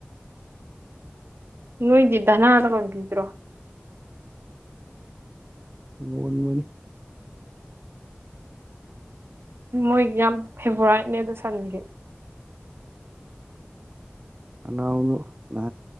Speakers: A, on the right; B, on the right.
A: ꯅꯣꯏꯗꯗꯅꯥ ꯇꯒꯟꯗ꯭ꯔꯣ
B: ꯃꯃꯅꯤ
A: ꯃꯣꯏꯒꯤ ꯌꯥꯝ ꯐꯦꯕꯣꯔꯥꯏꯠꯅꯦ ꯑꯗꯨꯣ ꯁꯟꯒꯤ
B: ꯑꯅ ꯅ